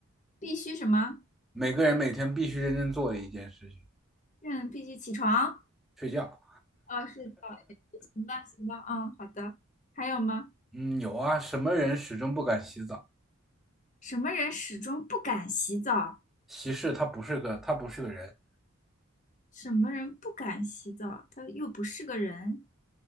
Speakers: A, on the left; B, in the centre.
A: 必须什么？
B: 每个人每天必须认真做的一件事情？
A: 嗯，必须起床。
B: 睡觉。
A: 哦，睡觉。行吧，行吧，嗯，好的。还有吗？
B: 嗯，有啊，什么人始终不敢洗澡？
A: 什么人始终不敢洗澡？
B: 其实他不是个，他不是个人，
A: 什么人不敢洗澡？他又不是个人。